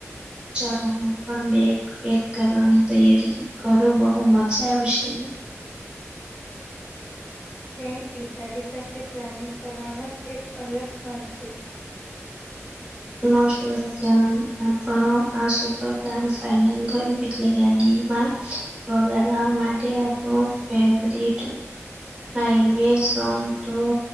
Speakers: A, on the right; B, on the left.
A: ચાલ હું પણ બે પેક કરવાની તૈયારી કરો બહુ મજા આવશે.
B: થેન્ક યુ તારી સાથે પ્લાનિંગ કરવાનો જ એક અલગ ફન છે.
A: મોસ્ટ વલકમ આપ આ પ્લાન ફન થયું એ. એ ગડીમાં વગડવા માટે આપણ ફેવરેટ હાઈવે સંગ તો